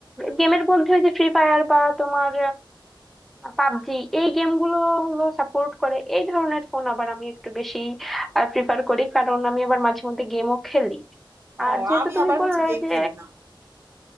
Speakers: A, in the centre; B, on the right.
A: গেমের মধ্যে ওই যে ফ্রি ফায়ার বা তোমার পাবজি এই গেমগুলো হলো সাপোর্ট করে এই ধরনের ফোন আবার আমি একটু বেশি প্রিফার করি কারণ আমি আবার মাঝে মধ্যে গেমও খেলি
B: ও
A: আর যেহেতু
B: আমি
A: তুমি
B: আবার
A: বললে
B: হচ্ছে গেম
A: যে
B: খেলি না